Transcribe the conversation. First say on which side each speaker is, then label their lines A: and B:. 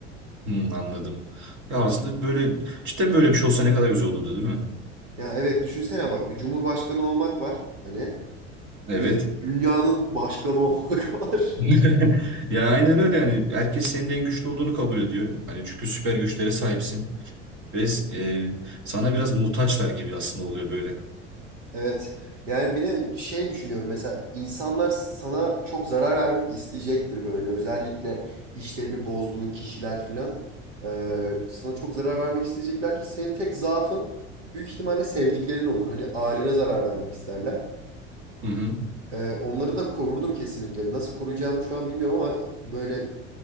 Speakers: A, on the right (about 50°); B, on the right (about 80°).
A: Hmm, anladım. Ya aslında böyle cidden böyle bir şey olsa ne kadar güzel olurdu değil mi?
B: Ya evet düşünsene bak bir cumhurbaşkanı olmak var hani.
A: Evet.
B: Bir de dünyanın başkanı <laughs> olmak var.
A: <laughs> Ya aynen öyle yani. Herkes senin de en güçlü olduğunu kabul ediyor. Hani çünkü süper güçlere sahipsin. Ve e, sana biraz muhtaçlar gibi aslında oluyor böyle.
B: Evet. Yani bir de şey düşünüyorum mesela insanlar sana çok zarar vermek isteyecektir böyle. Özellikle işlerini bozduğun kişiler filan eee, sana çok zarar vermek isteyeceklerdir. Senin tek zaafın büyük ihtimalle sevdiklerin olur. Hani ailene zarar vermek isterler.
A: Hı hı.
B: Eee, onları da korurdum kesinlikle. Nasıl koruyacağımı şu an bilmiyorum ama böyle